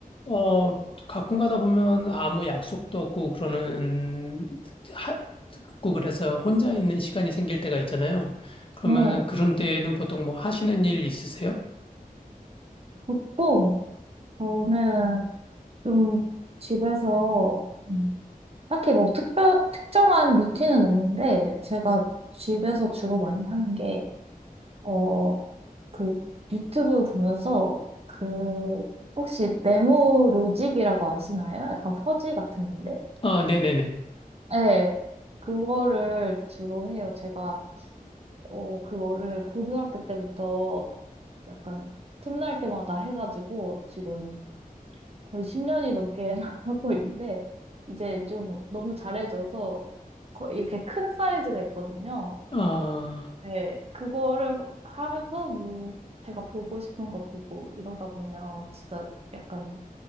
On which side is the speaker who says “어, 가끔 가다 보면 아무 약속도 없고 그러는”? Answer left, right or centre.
Left